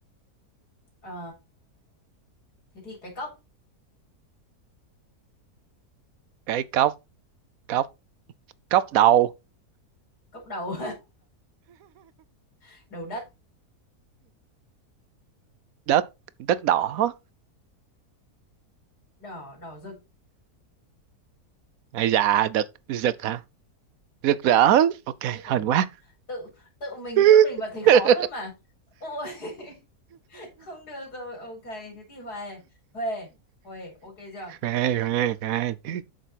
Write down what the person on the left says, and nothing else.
ờ thế thì cái cốc
cốc đầu <laughs> đầu đất
đỏ đỏ rực
chết rồi
tự tự mình
đưa mình vào thấy khó luôn mà ôi <laughs> không được rồi ok thế thì huề huề huề ok chưa